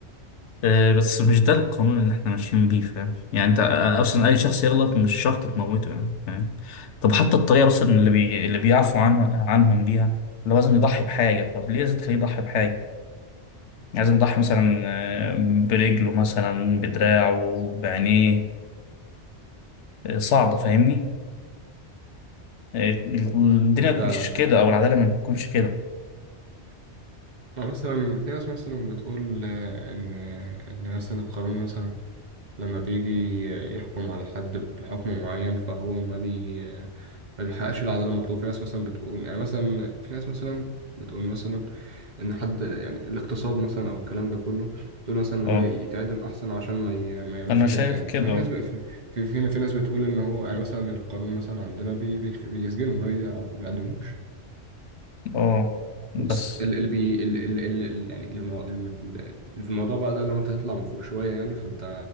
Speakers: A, on the left; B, on the right.
A: آه، بس مش ده القانون اللي احنا ماشيين بيه فاهم يعني انت آه، اصلا اي شخص يغلط مش شرط تموته يعني فاهم طب حتى الطريقه بس اللي بي... اللي بيعفوا عنه عنهم بيها اللي هو لازم يضحي بحاجه طب ليه لازم تخليه يضحي بحاجه يعني لازم يضحي مثلا آه، برجله مثلا بدراعه بعينيه آه، صعبه فاهمني آه، الدنيا ما
B: فعلا
A: بتمشيش كده او العداله ما بتكونش كده
B: آه، مثلا في ناس مثلا بتقول آه، ان ان مثلا القانون مثلا لما بيجي يحكم على حد بحكم معين فهو ما بي ما بيحققش العدالة المطلوبة في ناس مثلا بتقول يعني مثلا في ناس مثلا بتقول مثلا إن حد يعني الاغتصاب مثلا أو الكلام ده كله تقول مثلا إن هو
A: اه
B: يتعدم أحسن عشان ما, ي... ما يعملش
A: انا شايف
B: كده تاني
A: كده
B: ففي ناس ب... في... في... في... في ناس بتقول إن هو يعني مثلا القانون مثلا عندنا بي... بي... بيسجنه ما بيعدموش
A: اه
B: بص
A: بس
B: ال- اللي بي ال- ال- ال- ال- يعني اللي مو- اللي في اللي في الموضوع بقى ده لو انت تطلع من فوق شويه يعني فانت